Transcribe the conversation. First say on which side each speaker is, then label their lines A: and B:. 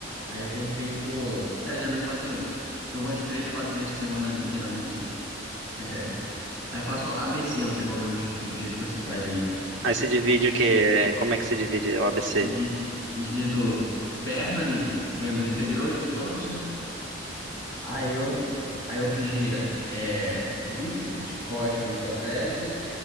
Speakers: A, on the left; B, on the right.
A: Aí eu tenho feito. É, eu geralmente faço. Eu vou umas três, quatro vezes por semana ali, geralmente. É, aí faço ABC, não sei qual que é o, j- o jeito que você faz aí.
B: Aí você divide o quê? Como é que você divide o ABC?
A: E de, divido perna ali, membros inferiores, todos, né? Aí, eu, aí outro dia é bíceps, costa e trapézio.